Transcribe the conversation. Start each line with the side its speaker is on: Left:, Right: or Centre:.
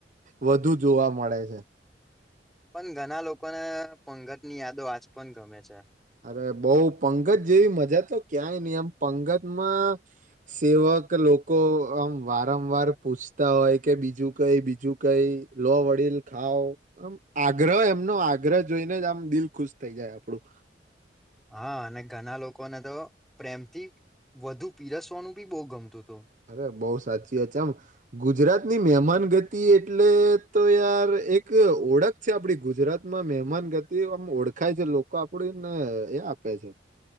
Right: વધુ જોવા મળે છે.
Centre: પણ ઘણા લોકોને પંગત ની યાદો આજ પણ ગમે છે.
Right: અરે બઉ પંગત જેવી મજા તો ક્યાંય નહી એમ પંગતમાં સેવક લોકો આમ વારંવાર પૂછતા હોય કે બીજું કઈ બીજું કઈ લો વડીલ ખાવ આમ આગ્રહ એમનો આગ્રહ જોઈને જ આમ દિલ ખુશ થઈ જાય આપડું.
Centre: હા અને ઘણા લોકોને તો પ્રેમથી વધુ પીરસવાનું બી બહુ ગમતું. હતું
Right: અરે બઉ સાચી વાત છે આમ ગુજરાત ની મહેમાન ગતિ એટલે તો યાર એક ઓળખ છે આપડી ગુજરાતમાં મહેમાન ગતિ આમ ઓળખાય છે લોકો આપણને એ આપે છે.